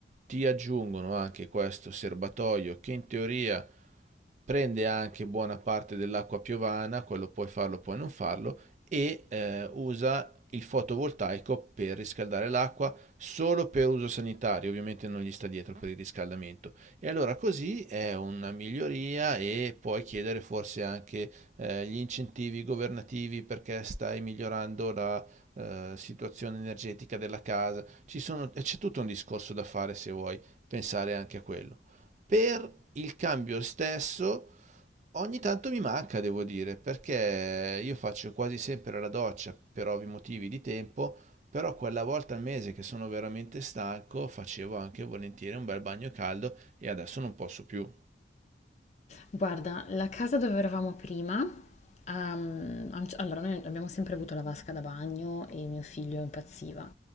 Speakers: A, on the right; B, on the left.
A: Ti aggiungono anche questo serbatoio che in teoria prende anche buona parte dell'acqua piovana, quello puoi farlo, puoi non farlo, e eh, usa il fotovoltaico per riscaldare l'acqua solo per uso sanitario, ovviamente non gli sta dietro per il riscaldamento. E allora così è una miglioria e puoi chiedere forse anche eh, gli incentivi governativi perché stai migliorando la eh, situazione energetica della casa. Ci sono- c'è tutto un discorso da fare se vuoi pensare anche a quello. Per il cambio stesso ogni tanto mi manca, devo dire, perché io faccio quasi sempre la doccia per ovvi motivi di tempo, però quella volta al mese che sono veramente stanco facevo anche volentieri un bel bagno caldo e adesso non posso più.
B: Guarda, la casa dove eravamo prima, ehm, a un c- allora noi abbiamo sempre avuto la vasca da bagno e mio figlio impazziva.